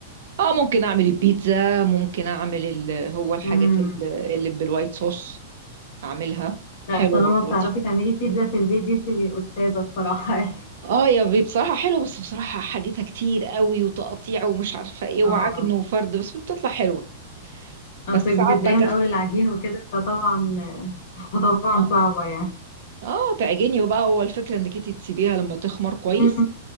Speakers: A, on the right; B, on the left.
A: اه ممكن اعمل البيتزا ممكن اعمل ال... هو الحاجات
B: مم.
A: ال- اللي بالوايت صوص اعملها
B: لا
A: حلوه
B: طالما
A: برضه
B: بتعرفي
A: لطيف
B: تعملي بيتزا في البيت دي تبقي أستاذة بصراحة <laughs> يعني
A: اه يا بي بصراحه حلوه بس بصراحه حاجتها كتير قوي وتقطيع ومش عارفه ايه وعجن
B: اه
A: وفرد بس بتطلع حلوه
B: اصلك
A: بس ساعات
B: بتتضايقي
A: بكسل
B: من اول العجين وكده فطبعا فطبعا
A: اه
B: صعبة يعني
A: اه تعجني وبقى هو الفكره انك انت تسيبيها لما تخمر كويس
B: أمم،